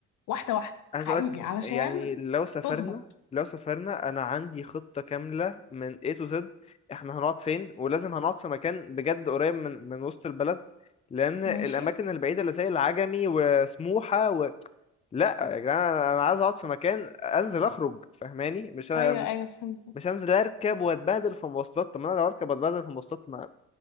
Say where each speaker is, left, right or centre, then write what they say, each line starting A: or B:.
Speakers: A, on the left; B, on the left.
A: واحده واحده
B: عايز
A: حقيقي
B: اقولك
A: علشان
B: يعني لو سافرنا
A: تظبط
B: لو سافرنا انا عندي خطة كاملة من A to Z احنا هنقعد فين ولازم هنقعد في مكان بجد قريب من من وسط البلد لان الاماكن
A: ماشي
B: البعيدة اللي زي العجمي وسموحة و... لا يا جدعان انا أنا عايز اقعد في مكان انزل اخرج فاهماني مش مش
A: ايوه ايوه فهمت
B: مش هنزل اركب واتبهدل في مواصلات طب ما انا لو اركب واتبهدل في مواصلات ما